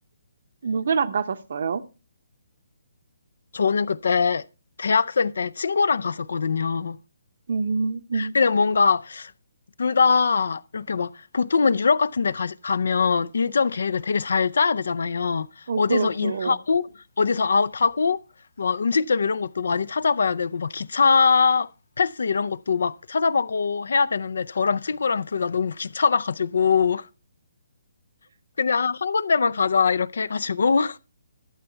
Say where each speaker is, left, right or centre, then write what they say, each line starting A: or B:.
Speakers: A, on the right (about 60°); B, on the left (about 75°).
A: 누굴 안 가셨어요?
B: 저는 그때 대학생 때 친구랑 갔었거든요.
A: 음, 음.
B: 그냥 뭔가 둘 다 이렇게 막 보통은 유럽 같은 데 가, 가면 일정 계획을 되게 잘 짜야 되잖아요.
A: 어,
B: 어디서
A: 그렇죠.
B: 인하고 어디서 아웃하고 막 음식점 이런 것도 많이 찾아봐야 되고 막 기차 패스 이런 것도 막 찾아보고 해야 되는데 저랑 친구랑 둘 다 너무 귀찮아가지고 그냥 한 군데만 가자 이렇게 해가지고